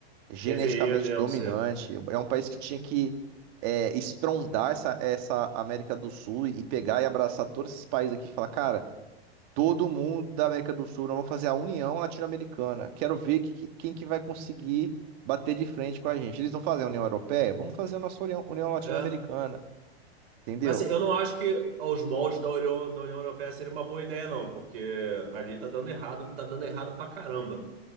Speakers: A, on the right; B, on the right.
A: geneticamente
B: Deveria mesmo
A: dominante,
B: ser.
A: é um país que tinha que é, estrondar essa, essa América do Sul e pegar e abraçar todos esses países aqui e falar, cara, todo mundo da América do Sul, nós vamos fazer a União Latino-Americana. Quero ver que- que- quem que vai conseguir bater de frente com a gente. Eles não fazem a União Europeia? Vamos fazer a nossa União, União Latino-Americana,
B: É.
A: entendeu?
B: Mas assim, eu não acho que aos moldes da União, da União Europeia seria uma boa ideia, não, porque ali tá dando errado, tá dando errado pra caramba.